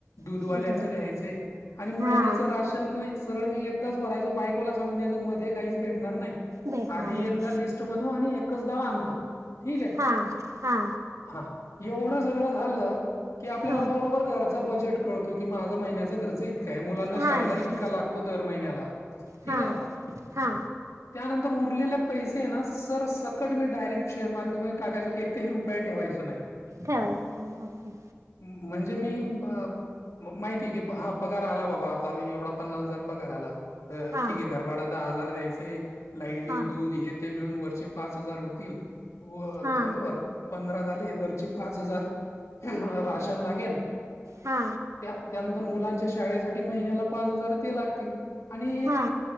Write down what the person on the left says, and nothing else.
दूधवाल्याचं
द्यायचय. आणि महिन्याचं
राशन सरळ मी एकदाच भरायचो बायकोला सांगून द्यायचो मध्ये काहीच भेटणार नाही. तर
आधी
एकदा लिस्ट बनव आणि एकचदा आणतो ठीक हाय.
हा एवढं सगळं झालं की आपल्याला
बरोबर घरचा बजेट कळतो की माझा महिन्याचा खर्च इतका हाय. मुलांना
शाळेला
इतका लागतो दर महिन्याला. ठीक
आहे ना.
त्यानंतर उरलेले पैसे ना सर सकट मी डायरेक्ट शेअर मार्केटमध्ये टाकायचो एकही रुपया ठेवायचो नाही.
म्हणजे मी अ माहिती की हा पगार आला बाबा आता एवढा पन्नास हजार पगार आला. अ
ठीक हे घर भाडा दहा हजार द्यायचे, लाईट बिल,
दूध हे ते मिळून वरचे पाच हजार होतील व
बरोबर. पंधरा झाले, वरचे पाच हजार राशनला गेल.
त्या त्यानंतर मुलांच्या शाळेसाठी महिन्याला पाच हजार ते लागतील आणि